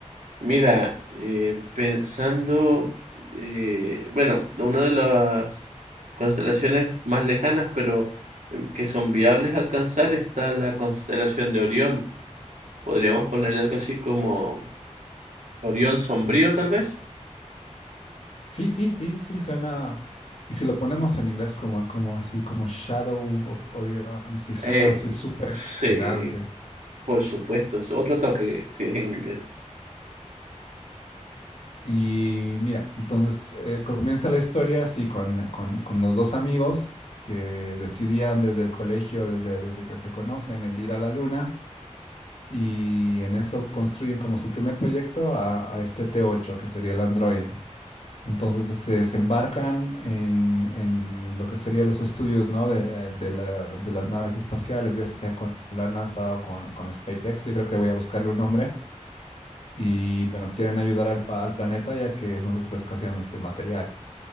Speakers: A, on the right (about 80°); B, on the left (about 60°).
A: Mira, eh, pensando, eh, bueno, una de las constelaciones más lejanas, pero eh, que son viables alcanzar, está la constelación de Orión. Podríamos ponerle algo así como Orión Sombrío, tal vez.
B: Sí, sí, sí, sí, suena. Y si lo ponemos en inglés como, como así, como Shadow of Orion, sí suena
A: Eh,
B: así súper
A: sí,
B: elegante.
A: por supuesto, es otro toque si es en inglés.
B: Y mira, entonces eh, comienza la historia así con, con- con los dos amigos que decidían desde el colegio, desde, desde que se conocen, el ir a la luna y en eso construyen como su primer proyecto a, a este T8, que sería el androide. Entonces se se embarcan en, en lo que serían los estudios, ¿no? de, de la- de las naves espaciales, ya sea con la NASA o con, con SpaceX. Yo creo que voy a buscarle un nombre y bueno, quieren ayudar al, pa- al planeta ya que nos está escaseando este material.